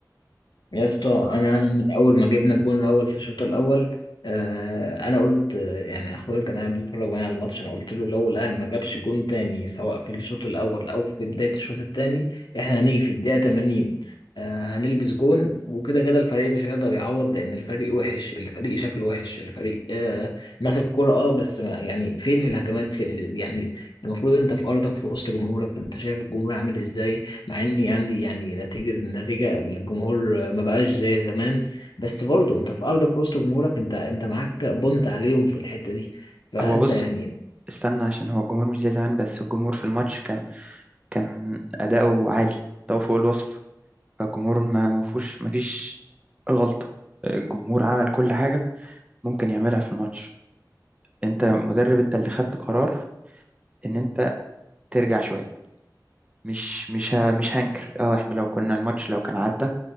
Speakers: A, on the left; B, on the right.
A: يا اسطى انا انا من اول ما جبنا الجون الاول في الشوط الاول آه انا قلت آه، يعني اخويا كان قاعد بيتفرج معايا على الماتش انا قلت له لو الاهلي ما جابش جون تاني سواء في الشوط الاول او في بدايه الشوط التاني احنا هنيجي في الدقيقه 80 آه هنلبس جون وكده كده الفريق مش هيقدر يعوض لان الفريق وحش الفريق شكله وحش الفريق آه ماسك كرة اه بس ما يعني فين الهجمات فين يعني المفروض انت في ارضك في وسط جمهورك انت شايف الجمهور عامل ازاي مع اني عندي يعني نتيجه النتيجه الجمهور ما بقاش زي زمان بس برضه انت في ارضك وسط جمهورك انت انت معاك بونت عليهم في الحته دي فانت
B: هو بص
A: يعني
B: استنى عشان هو الجمهور مش زي زمان بس الجمهور في الماتش كان كان أداؤه عالي أداؤه فوق الوصف فالجمهور ما ما فيهوش ما فيش غلطة الجمهور عمل كل حاجة ممكن يعملها في الماتش أنت مدرب أنت اللي خدت قرار إن أنت ترجع شوية مش مش ه- مش هنكر اه احنا لو كنا الماتش لو كان عدى